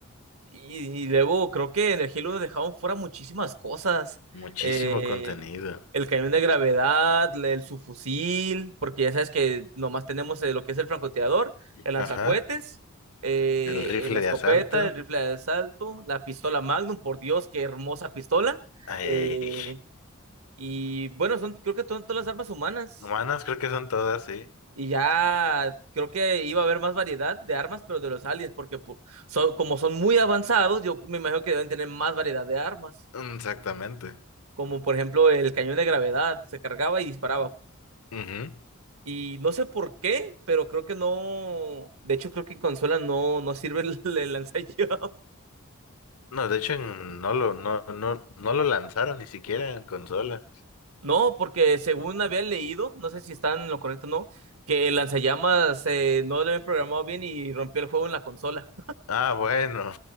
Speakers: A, on the right (about 80°); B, on the left (about 85°).
A: Y, y luego creo que en el Halo dejaron fuera muchísimas cosas.
B: Muchísimo
A: Eh,
B: contenido.
A: el cañón de gravedad, le- el subfusil, porque ya sabes que nomás tenemos eh, lo que es el francotirador, el lanzacohetes,
B: Ajá,
A: eh,
B: el rifle
A: eh, la escopeta,
B: de asalto.
A: el rifle de asalto, la pistola Magnum, por Dios, qué hermosa pistola.
B: Ay,
A: Eh, y bueno, son creo que son todas las armas humanas.
B: humanas creo que son todas, sí.
A: Y ya creo que iba a haber más variedad de armas, pero de los aliens, porque po- so- como son muy avanzados, yo me imagino que deben tener más variedad de armas,
B: Exactamente.
A: como por ejemplo el cañón de gravedad, se cargaba y disparaba.
B: Ujú.
A: Y no sé por qué, pero creo que no, de hecho creo que en consola no, no sirve el, <laughs> el lanzallamas.
B: No, de hecho en- no lo, no, no, no lo lanzaron ni siquiera en consola.
A: No, porque según había leído, no sé si están en lo correcto o no, que el lanzallamas eh, no lo habían programado bien y rompió el juego en la consola.
B: Ah, bueno,